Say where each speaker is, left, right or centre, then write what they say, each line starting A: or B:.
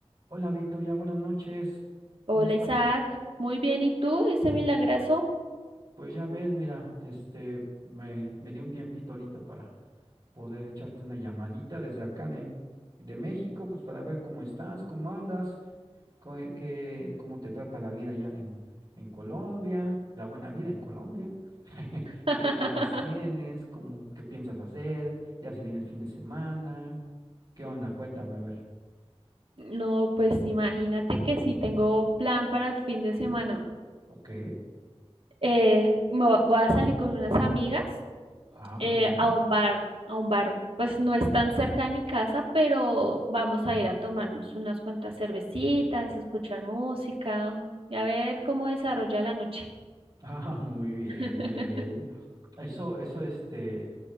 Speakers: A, on the right; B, on the right.
A: Hola Victoria, buenas noches. ¿Cómo
B: Hola
A: estás?
B: Isaac, muy bien, ¿y tú, ese milagrazo?
A: Pues ya ves, mira, este, me, me dio un tiempito ahorita para poder echarte una llamadita desde acá de, de México, pues para ver cómo estás, cómo andas, co- eh, qué, cómo te trata la vida allá en, en Colombia, la buena vida en Colombia, <laughs>
B: <laughs>
A: qué planes tienes, cómo, qué piensas hacer, ya se viene el fin de semana, qué onda, cuéntame a ver.
B: No, pues imagínate que sí tengo plan para el fin de semana.
A: Ok,
B: Eh, me va- voy a salir con unas amigas
A: ah, muy
B: eh,
A: bien.
B: a un bar, a un bar, pues no es tan cerca de mi casa, pero vamos a ir a tomarnos unas cuantas cervecitas, escuchar música y a ver cómo desarrolla la noche.
A: Ah, muy bien,
B: <laughs>
A: muy bien. Eso, eso, este,